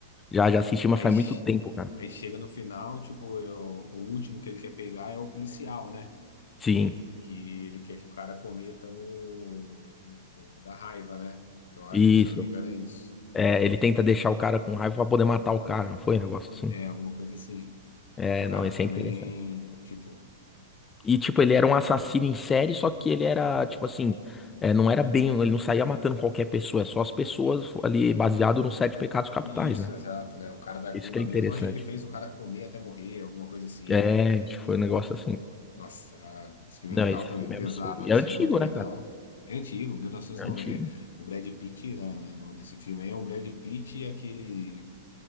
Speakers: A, on the left; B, on the left.
A: Já, já assisti, mas
B: Aí,
A: faz
B: che-
A: muito tempo, cara.
B: aí chega no final, tipo, eu, o último que ele quer pegar é o policial, né?
A: Sim,
B: Que ele quer que o cara cometa o, o o da raiva, né? Eu acho,
A: isso.
B: se eu não me engano, é isso.
A: É, ele tenta deixar o cara com raiva pra poder matar o cara, não foi um negócio assim?
B: É, alguma coisa assim.
A: É,
B: Pro cara
A: não, esse
B: também,
A: é interessante.
B: tipo.
A: E, tipo, ele era um assassino em série, só que ele era, tipo assim, é, não era bem, ele não saía matando qualquer pessoa, é só as pessoas ali, baseado nos sete pecados capitais,
B: Isso,
A: né?
B: exato, né? O cara da gula
A: Isso que é interessante.
B: mesmo, acho que ele fez o cara comer até morrer, alguma coisa assim.
A: É, tipo, foi um
B: Ou.
A: negócio assim.
B: Nossa, era... esse filme
A: Não,
B: é legal
A: esse
B: também,
A: filme
B: pesado.
A: é absurdo.
B: A
A: E
B: hora
A: é
B: que
A: antigo,
B: chega no final.
A: né, cara?
B: É antigo, 1990.
A: É antigo.
B: É, o Brad Pitt, na, na- no- nesse filme aí, é o Brad Pitt e aquele.